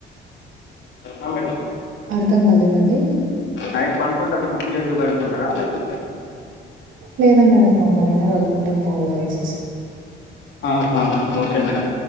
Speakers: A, on the left (about 70°); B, on the right (about 80°).
A: అ మేడం
B: అర్థం కాలేదండి.
A: నైట్ పనుకుంటప్పుడు బుక్ చదివి పడుకుంటారా స
B: లేదండి నేను నార్మల్ పడుకుంటాను పలా వేసేసి
A: ఆహా ఓకే మేడం